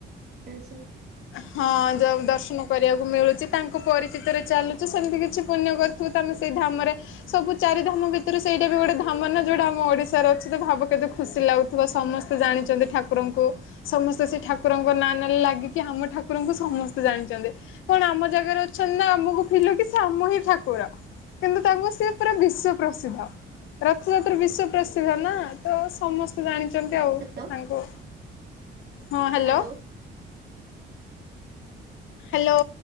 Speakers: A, on the right; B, on the left.
A: ପାଇଛୁ।
B: ହଁ ଯଉ ଦର୍ଶନ କରିବାକୁ ମିଳୁଛି ତାଙ୍କୁ ପରିଚିତରେ ଚାଲୁଛୁ ସେମିତି କିଛି ପୁଣ୍ୟ କରିୁଥିବୁ ତମେ ସେଇ ଧାମରେ ସବୁ ଚାରି ଧାମ ଭିତରୁ ସେଇଟା ବି ଗୋଟେ ଧାମ ନା ଯୋଉଟା ଆମ ଓଡିଶାର ଅଛି ତ ଭାବ କେତେ ଖୁସି ଲାଗୁଛି ଥିବା ସମସ୍ତେ ଜାଣିଛନ୍ତି ଠାକୁରଙ୍କୁ ସମସ୍ତେ ସେ ଠାକୁରଙ୍କ ନାଁ ନାଲେ ଲାଗି କି ଆମ ଠାକୁରଙ୍କୁ ସମସ୍ତେ ଜାଣିଛନ୍ତି। କଣ ଆମ ଜାଗାରେ ଅଛନ୍ତି ନା ଆମକୁ ଫିଲୁ କି ସେମ ହିଁ ଠାକୁର। କିନ୍ତୁ ତାଙ୍କୁ ସିଏ ପୁରା ବିଶ୍ଵ ପ୍ରସିଦ୍ଧ। ରଥଯାତ୍ରା ବିଶ୍ଵ ପ୍ରସିଦ୍ଧ ନା ତ ସମସ୍ତେ ସେ ଜାଣିଛନ୍ତି ଆଉ
A: ହ୍ୟାଲୋ
B: ତାଙ୍କୁ ହଁ ହାଲୋ।
A: ହ୍ୟାଲୋ।
B: ହାଲୋ।